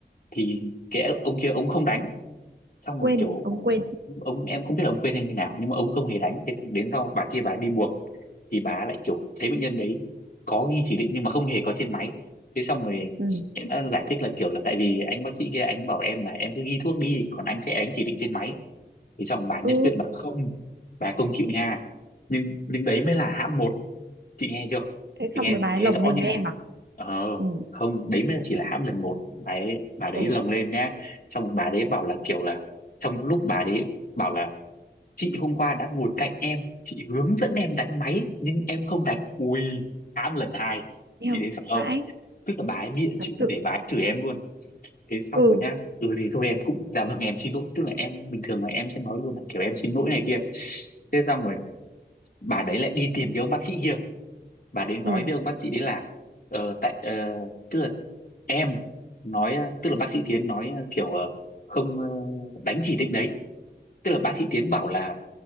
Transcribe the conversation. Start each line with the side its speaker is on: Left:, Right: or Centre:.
Left: thì cái ông kia ông không đánh xong rồi
Right: quên
Left: kiểu
Right: ông quên
Left: ông em không biết là ông quên hay như nào nhưng mà ông không hề đánh thế xong đến sau bà kia bà đi buồng thì bà lại kiểu thấy bệnh nhân đấy có ghi chỉ định nhưng mà không hề có trên máy thế xong rồi
Right: ừ
Left: em đã giải thích là kiểu là tại vì anh bác sĩ kia anh bảo em là em cứ ghi thuốc đi còn anh sẽ đánh chỉ định trên máy thì xong bà nhất
Right: ừ
Left: quyết bà không bà không chịu nha nhưng nhưng đấy mới là hãm một chị nghe chưa
Right: thế
Left: chị
Right: xong
Left: nghe
Right: rồi bà ấy
Left: nghe
Right: lồng
Left: rõ
Right: lên
Left: nha
Right: với em à
Left: ờ
Right: ừ
Left: không đấy mới chỉ là hãm lần một bà ấy bà đấy
Right: ừ
Left: lồng lên nha xong rồi bà đấy bảo là kiểu là trong lúc bà đấy bảo là chị hôm qua đã ngồi cạnh em chị hướng dẫn em đánh máy nhưng em không đánh ui hãm lần hai
Right: eo
Left: chị đấy sợ không
Right: vãi
Left: tức là bà ấy bịa
Right: thật
Left: chuyện
Right: sự
Left: để bà ấy chửi em luôn thế xong
Right: ừ
Left: rồi nhá ừ thì thôi em cũng dạ vâng em xin lỗi tức là em bình thường mà em sẽ nói luôn là kiểu em xin lỗi này kia thế xong rồi bà đấy lại đi tìm cái ông bác sĩ kia bà đấy nói
Right: ừ
Left: với ông bác sĩ đấy là ờ, tại ờ, tức là em nói ờ, tức là bác sĩ Tiến nói ờ, kiểu ờ, không ờ, đánh chỉ định đấy tức là bác sĩ Tiến bảo là